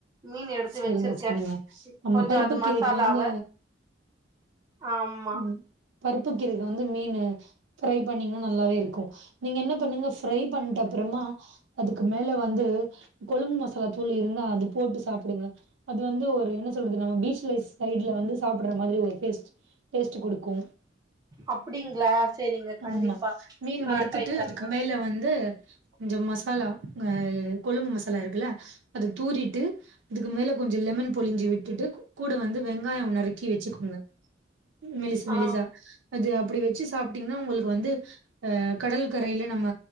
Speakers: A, on the right (about 20°); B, on the right (about 85°).
A: மீன் எடுத்து
B: செரிங்க
A: வச்சிருக்க
B: செரிங்க நம்ம
A: கொஞ்சோ
B: பருப்பு
A: அது
B: கீரைக்கு
A: மசாலாவ
B: வந்து
A: ஆமா
B: ம் பருப்பு கீரேக்கு வந்து மீனு ஃப்ரை பண்ணீங்கன்னா நல்லாவே இருக்கு நீங்க என்ன பண்ணுங்க ஃப்ரை பண்ட்ட அப்புறமா அதுக்கு மேல வந்து கொழும்பு மசாலாத் தூள் இருந்தா அது போட்டு சாப்புடுங்க அது வந்து ஒரு என்ன சொல்றது நம்ம பீச்லஸ் சைடு்ல வந்து சாப்படுற மாரி ஒரு டேஸ்ட் டேஸ்ட்டு குடுக்கு
A: அப்டிங்களா சேரிங்க கண்டிப்பா
B: ஆமா. மீன்
A: நா
B: வறுத்துட்டு
A: ட்ரை பண்ற
B: அதுக்கு மேல வந்து கொஞ்சோ மசாலா அ கொழும்பு மசாலா இருக்குல்ல அதத் தூறிட்டு அதுக்கு மேல கொஞ்சோ லெமன் பொழிஞ்சு விட்டுட்டு கூட வந்து வெங்காயோ நறுக்கி வச்சுக்கோங்க மெலிசு
A: ஆ
B: மெலிசா அது அப்டி வச்சு சாப்ட்டீங்கன்னா உங்களுக்கு வந்து அ கடல் கரையில நம்ம